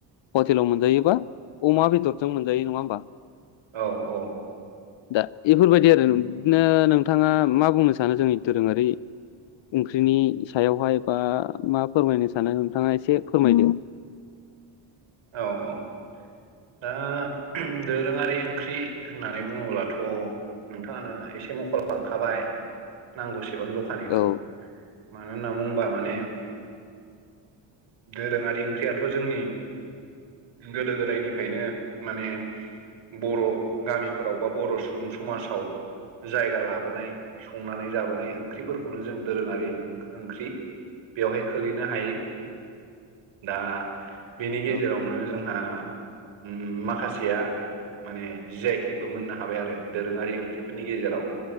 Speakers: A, on the left; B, on the right.
A: हटेलाव मोनजायोबा अमा बेदरजों मोनजायो नङा होमबा।
B: औ औ।
A: दा एफोरबायदि आरो
B: उम
A: नों दिनो नोंथाङा मा बुंनो सानो जोंनि दोरोङारि ओंख्रिनि सायावहाय बा मा फोरमायनो सानो नोंथाङा एसे फोरमायदो।
B: औ औ। दा दोरोङारि ओंख्रि होननानै बुङोब्लाथ' नोंथाङानो एसे मख'लांखाबाय। नांगौसेबां जखानायखौ।
A: औ
B: मानो होनना बुङोबा माने दोरोङारि ओंख्रियाथ' जोंनि गोदो गोदायनिफ्रायनो माने बर' गामिफोराव बा बर' सुबुं समाजाव जायगा लाबोनाय संनानै जाबोनाय ओंख्रिफोरखौनो जों दोरोङारि ओंख्रि बेवहाय खोलैनो हायो। दा बेनि गेजेरावनो
A: औ
B: जोंहा उम माखासेया माने जि आइ थेक बो मोननो हाबाय आरो दोरोङारि ओंख्रिफोरनि गेजेराव।